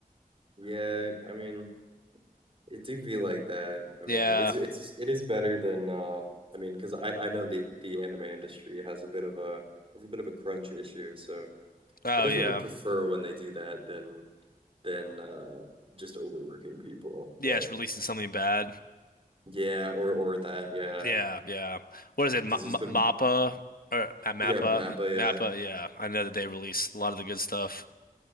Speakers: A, on the right; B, on the left.
A: Yeah, I mean, it do be like that. I mean,
B: Yeah.
A: it's it's it is better than uh I mean, because I I know the the anime industry has a bit of a has a bit of a crunch issue, so
B: Oh
A: I definitely
B: yeah.
A: prefer when they do that than than uh just overworking people.
B: Yeah,
A: But
B: it's releasing something bad.
A: Yeah, or or that, yeah.
B: Yeah, yeah. What is it? M
A: Because there's
B: M
A: been
B: Mappa or uh, Mappa?
A: yeah, Mappa, yeah.
B: Mappa. Yeah, I know that they released a lot of the good stuff.